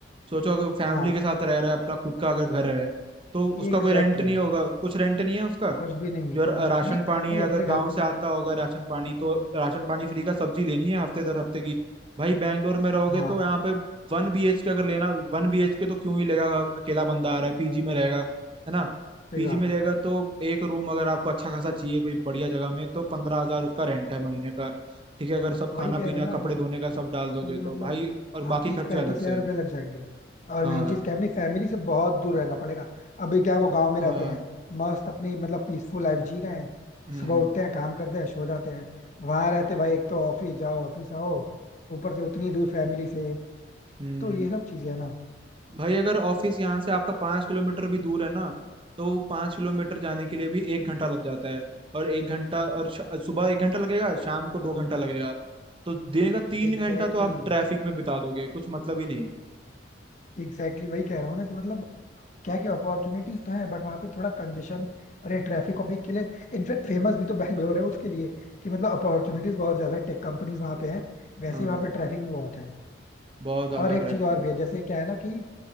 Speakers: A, on the right (about 30°); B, on the left (about 40°).
A: सोचो अगर फैमिली
B: हाँ
A: के साथ रह रहा है अपना खुद का अगर घर है तो उसका
B: एग्जैक्टली
A: कोई रेंट नहीं
B: exactly.
A: होगा कुछ रेंट नहीं है उसका
B: कुछ भी नहीं
A: जो
B: है
A: र-
B: कुछ
A: राशन
B: नहीं
A: पानी
B: नहीं
A: है अगर
B: अपने
A: गांव
B: घर
A: से आता होगा राशन पानी तो राशन पानी फ्री का सब्जी लेनी है हफ्ते दर हफ्ते की भाई बैंगलोर में रहोगे
B: हाँ
A: तो यहाँ पे वन बी एच के अगर लेना वन बी एच के तो क्यों ही लेगा अकेला बंदा आ रहा है पीजी में रहेगा है ना
B: सही
A: पीजी
B: बात
A: में
B: है
A: लेगा तो एक रूम अगर आपको अच्छा खासा चाहिए कोई बढ़िया जगह में तो पंद्रह हजार उसका रेंट है महीने का ठीक है अगर सब
B: वही
A: खाना
B: कह
A: पीना
B: रहा हूँ ना
A: कपड़े धोने का सब डाल दोगे
B: कि मतलब
A: तो भाई और
B: हाँ
A: बाकी
B: तीस
A: खर्चे
B: पैंतीस
A: अलग
B: हजार
A: से
B: रुपये लग जाएंगे और
A: हाँ
B: मेन चीज क्या है, अपनी फैमिली से बहुत दूर रहना पड़ेगा अभी क्या है, वो गांव में
A: हाँ
B: रहते हैं मस्त अपनी मतलब पीसफुल लाइफ जी रहे हैं
A: हम्म
B: सुबह उठते हैं काम करते हैं सो जाते हैं वहां रहते भाई एक तो ऑफिस जाओ ऑफिस आओ ऊपर से उतनी दूर फैमिली से
A: हम्म
B: तो ये सब चीजें है ना
A: भाई अगर ऑफिस यहाँ से आपका पाँच किलोमीटर भी दूर है ना तो वो पाँच किलोमीटर जाने के लिए भी एक घंटा लग जाता है और एक घंटा और श- सुबह एक घंटा लगेगा शाम को दो घंटा लगेगा तो दिन का तीन
B: एग्जैक्टली
A: घंटा तो आप
B: exactly,
A: ट्रैफिक में बिता दोगे कुछ मतलब ही नहीं है
B: एग्जैक्टली exactly वही कह रहा हूँ ना कि मतलब क्या क्या अपॉर्चुनिटीज तो है बट वहां पे थोड़ा कंजेशन और ये ट्रैफिक ऑफिक के लिए इनफेक्ट फेमस भी तो बैंगलोर है उसके लिए कि मतलब अपॉर्चुनिटीज बहुत ज्यादा है टेक कंपनीज वहां पे है वैसे
A: हाँ
B: ही वहां पे ट्रैफिक भी बहुत है
A: बहुत ज्यादा
B: और एक
A: ट्रैफिक
B: चीज और
A: है
B: भी है जैसे क्या है ना कि